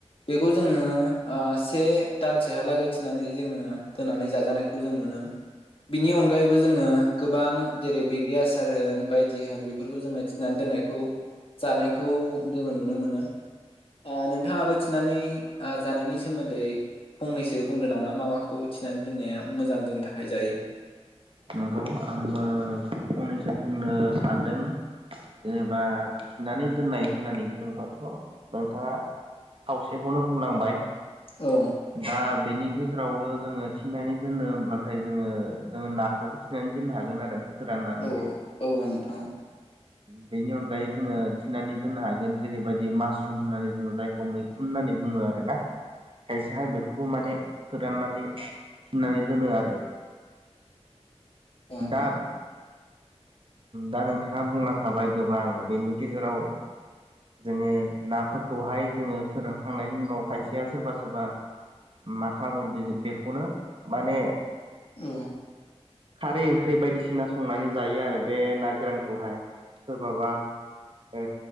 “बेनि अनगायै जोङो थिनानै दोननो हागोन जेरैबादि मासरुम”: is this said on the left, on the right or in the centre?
Right